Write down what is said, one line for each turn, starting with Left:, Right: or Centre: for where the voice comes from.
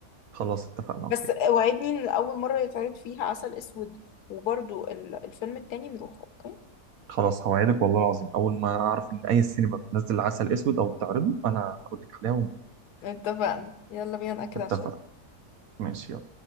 Right: خلاص اتفقنا اوكي
Left: بس وعدني ان اول مره يتعرض فيها عسل اسود وبرضو ال- الفيلم التاني نروح اوكي
Right: خلاص هوعدك والله العظيم اول ما اعرف ان اي سينما بتنزل عسل اسود او بتعرضه انا هقول لك عليها
Left: اتفقنا يلا بينا نأكد
Right: ونتفق
Left: على الشباب
Right: ماشي يلا